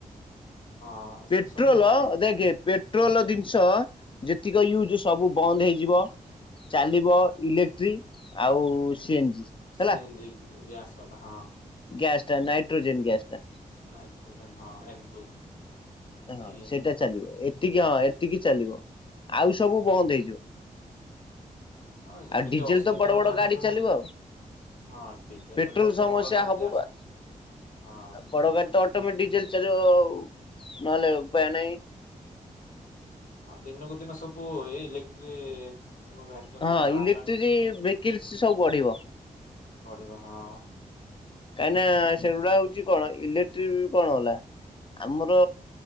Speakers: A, on the left; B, on the left.
A: ହଁ
B: ପେଟ୍ରୋଲୋ
A: ସେ ସବୁ ହଁ
B: ଦେଖ ପେ ପେଟ୍ରୋଲ ଜିନିଷ ଯେତିକି ୟୁଜ୍। ସବୁ ବନ୍ଦ ହେଇଯିବ ଚାଲିବ ଇଲେକ୍ଟ୍ରିକ। ଆଉ ସିଏନଜି
A: ସିଏନଜି
B: ହେଲା।
A: ଗ୍ୟାସ ବାଲା ହଁ
B: ଗ୍ୟାସ୍ଟା ନାଇଟ୍ରୋଜେନ୍ ଗ୍ୟାସ୍ଟା
A: ନାଇଟ୍ରୋଜନ ହଁ ଏନ୍ ଟୁ
B: ହଁ
A: ନାଇଁ କି
B: ସେଇଟା ଚାଲିବ ଏତିକି ହଁ ଏତିକି ଚାଲିବ ଆଉ ସବୁ ବନ୍ଦ ହେଇଯିବ।
A: ହଁ ଯେମିତି
B: ଆଉ ଡିଜେଲ
A: ଅସୁବିଧା
B: ତ ବଡ
A: ହେଲାଣି
B: ବଡ ଗାଡି
A: ସବୁ
B: ଚାଲିବ ଆଉ।
A: ହଁ ଡିଜେଲ
B: ପେଟ୍ରୋଲ
A: ରେ ତ ସେ
B: ସମସ୍ୟା
A: ବଡ ଗାଡି
B: ହବ
A: ଯେ ଆସେ
B: ବା
A: ହଁ
B: ବଡଗାଡ଼ି ତ ଅଟୋମ ଡିଜେଲ ଚାଲିବ ଆ ନହଲେ ଉପାୟ ନହିଁ।
A: ହଁ ଦିନକୁ ଦିନ ସବୁ ଏ ଇଲେକ୍ଟ୍ରି ସବୁ।
B: ହଁ
A: ଗୁରା ବାହାରିଲାଣି
B: ଇଲେକ୍ଟ୍ରିସି ଭେକାନ୍ସୀ ସବୁ ବଢିବ।
A: ବଢିବ ହଁ।
B: କାହିଁକି ନା ସେଗୁଡା ହଉଛି କଣ ଇଲେକ୍ଟ୍ରିକ କଣ ହେଲା। ଆମର